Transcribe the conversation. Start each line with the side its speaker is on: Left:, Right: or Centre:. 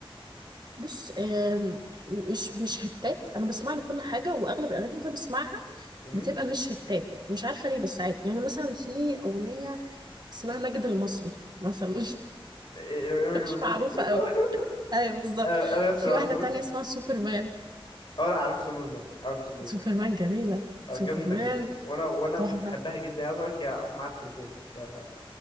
Right: بص آم، مش مش هتات انا بسمع لكل حاجه واغلب الاغاني اللي أنا بسمعها
Left: امم
Right: بتبقى مش هتات مش عارفه ليه بس عادي يعني مثلا في اغنيه اسمها مجد المصري مثلا
Left: ايه إيه- إيه
Right: <laughs>
Left: المجد
Right: مش
Left: المصري
Right: معروفه
Left: <laughs>
Right: قوي ايوه بالظبط
Left: انا أنا لسه
Right: في
Left: ما
Right: واحده
Left: اعرفهاش
Right: تانية اسمها سوبرمان
Left: اه لا عارف سوبرمان عارف سوبرمان
Right: سوبرمان
Left: يعني
Right: جميله
Left: اه
Right: سوبرمان
Left: جامدة جدا وانا وانا
Right: تحفه
Left: بحبها جدا يعني عايز اقول لك هي اصلا معايا التليفون ف أه،